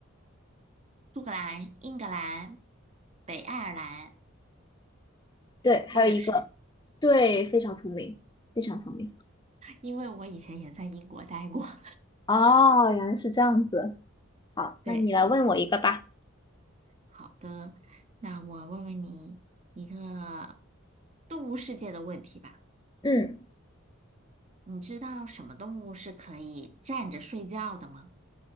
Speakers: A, on the right; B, on the left.
A: 苏格兰、英格兰、北爱尔兰，
B: 对，还有一个，
A: 我也是，
B: 对，非常聪明，非常聪明。
A: 因为我以前也在英国待过。<laughs>
B: 哦，原来是这样子。好，
A: 对，
B: 那你来问我一个吧。
A: 是的。好的，那我问问你一个动物世界的问题吧。
B: 嗯，
A: 你知道什么动物是可以站着睡觉的吗？